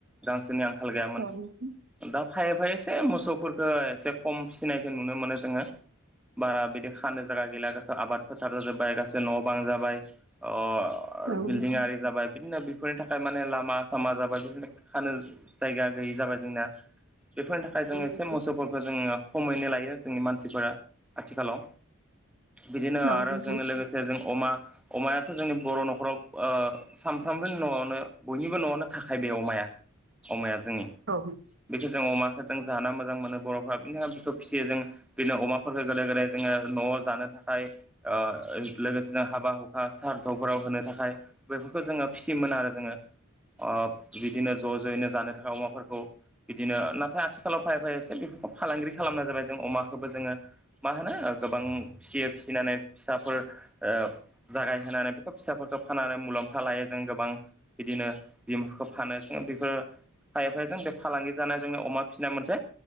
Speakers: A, in the centre; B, on the right.
A: गांसोनि आंखाल गैयामोन
B: औ नोंथां
A: दा फा एफा एसे मोसौफोरखौ एसे खम फिसिनायखौ नुनो मोनो जोङो बा बि बे खानो जायगा गैला गासै आबाद फोथार जाजोब्बाय गासै न' बां जाबाय ओ ओ
B: औ नोंथां औ
A: बिल्डिं
B: नोंथां
A: आरि जाबाय बिदिनो बेफोरनि थाखाय माने लामा सामा जाबाय बिदिनो खानो जायगा गैयि जाबाय जोंना बेफोरनि थाखाय जोङो
B: औ नोंथां
A: एसे मोसौफोरखौ जोङो खमैनो लायो जोंनि मानसिफोरा आथिखालाव बिदिनो आरो
B: औ नोंथां
A: जों लोगोसे जों अमा अमायाथ' जोंनि बर' न'खराव ओ सानफ्रोमबोनि न'आवनो बयनिबो न'आवनो थाखायो बे अमाया अमाया जोंनि
B: औ नोंथां औ नोंथां औ नोंथां औ नोंथां औ नोंथां औ नोंथां औ नोंथां औ नोंथां औ नोंथां औ नोंथां औ नोंथां औ नोंथां औ नोंथां औ
A: बेखौ जों अमाखो जों जानो मोजां मोनो बर'फ्रा बिनि थाखायनो बिखौ फिसियो जों बिदिनो अमाफोरफोरखौ गोदो गोदाय जोङो न'आव जानो थाखाय खाय ओ लोगोसेनो हाबा हुखा सारथावफोराव होनो थाखाय बेफोरखौ जोङो फिसियोमोन आरो जोङो ओब बिदिनो ज' ज'यैनो जानो थाखाय अमाफोरखौ बिदिनो नाथाय आथिखालाव फायै फायै एसे बेफोरखौ फालांगिरि खालामनाय जाबाय जों अमाखौबो जोङो मा होनो गोबां फिसियो फिसिनानै फिसाफोर ओ जागायहोनानै बेखौ फिसाफोरखौ फानानानै मुलाम्फा लायो जों गोबां बिदि नो बिदिनो फानो सं बेफोर खायफाजों बि फालांगि जानाय जोंनि अमा फिसिनाय मोनसे